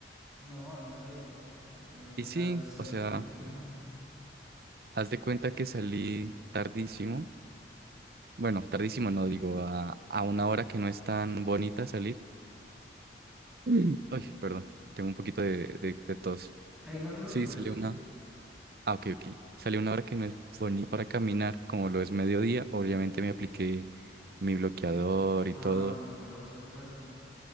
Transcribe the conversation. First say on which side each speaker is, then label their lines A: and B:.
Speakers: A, in the centre; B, on the right (about 55°).
A: No a nadie. ¿A quién
B: Y sí,
A: le va a gustar
B: o sea,
A: eso tan feo? <laughs>
B: haz de cuenta que salí tardísimo, bueno, tardísimo no, digo, a, a una hora que no es tan bonita salir. Mm. Uy, perdón, tengo un poquito de, de, de tos.
A: Eh, no te preocupes.
B: Sí, salió una, Ah, ok, ok. Salió una hora que no es bonita para caminar, como lo es mediodía. Obviamente me apliqué mi bloqueador
A: Por-
B: y todo.
A: Ah, bueno, eso me parece perfecto.